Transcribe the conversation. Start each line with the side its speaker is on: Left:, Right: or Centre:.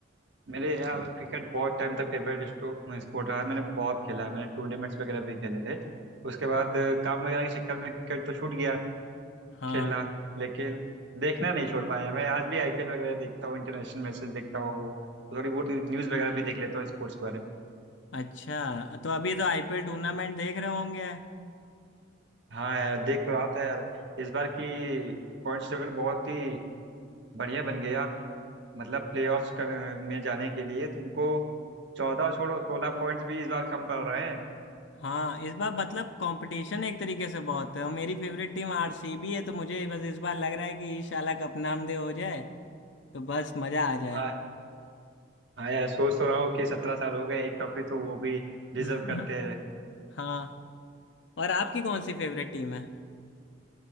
Right: मेरे यार क्रिकेट बहुत टाइम तक फेवरेट स्पोर्ट रहा है मैंने बहुत खेला है मैंने टूर्नामेंट्स वगैरह भी खेले थे उसके बाद अ, काम वगैरह के चक्कर में क्रिकेट तो छूट गया
Left: हाँ
Right: खेलना लेकिन देखना नहीं छोड़ पाया मैं आज भी आईपीएल वगैरह देखता हूँ इंटरनेशनल मैचेस देखता हूँ थोड़ी बहुत न्यूज़ वगैरह भी देख लेता हूँ स्पोर्ट्स के बारे में
Left: अच्छा तो अभी तो आईपीएल टूर्नामेंट देख रहे होंगे
Right: हाँ यार देख तो रहा था यार इस बार की पॉइंट्स टेबल बहुत ही बढ़िया बन गया मतलब प्लेऑफ्स कर में जाने के लिए तुमको चौदह छोड़ो सोलह पॉइंट्स भी इस बार कम पड़ रहे हैं
Left: हाँ इस बार मतलब कंपटीशन एक तरीके से बहुत है और मेरी फेवरेट टीम आरसीबी है तो मुझे बस इस बार लग रहा है कि इंशाल्लाह कप नामदे हो जाए तो बस मजा आ जाए
Right: हाँ हाँ यार सोच तो रहा हूँ कि सत्रह साल हो गए एक ट्रॉफी तो वो भी डिजर्व
Left: <laughs>
Right: करते हैं
Left: हाँ और आपकी कौन सी फेवरेट टीम है